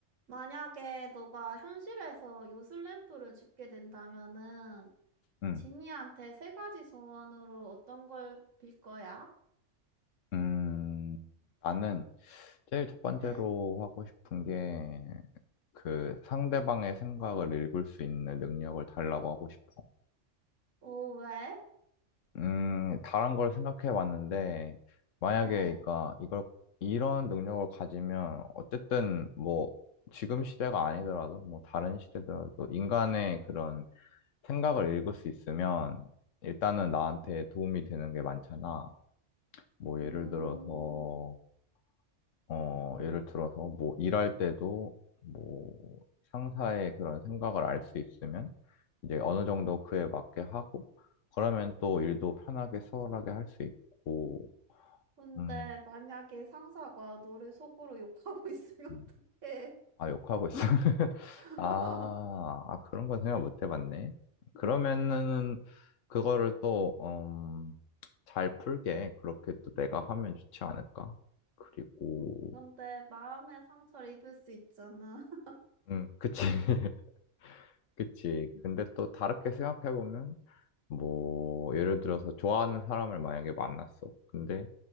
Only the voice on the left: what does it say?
음,
음, 나는 제일 첫 번째로
하고 싶은 게 그 상대방의 생각을 읽을 수 있는 능력을 달라고 하고 싶어.
음, 다른 걸 생각해 봤는데 만약에
그러니까 이걸 이런 능력을 가지면 어쨌든 뭐 지금 시대가 아니더라도 뭐 다른 시대더라도 인간의 그런 생각을 읽을 수 있으면 일단은 나한테 도움이 되는 게 많잖아. 뭐
예를 들어서 어, 예를 들어서 뭐 일할 때도 뭐 상사의 그런 생각을 알 수 있으면 이제 어느 정도 그에 맞게 하고 그러면 또 일도 편하게 수월하게 할 수 있고
음,
음.
아 욕하고 있어 <laughs>
아, 아 그런 건 생각 못 해봤네 그러면은 그거를 또 음, 잘 풀게 그렇게 또 내가 하면 좋지 않을까 그리고
음 그치 <laughs> 그치. 근데 또 다르게 생각해보면, 뭐, 예를 들어서 좋아하는 사람을 만약에 만났어. 근데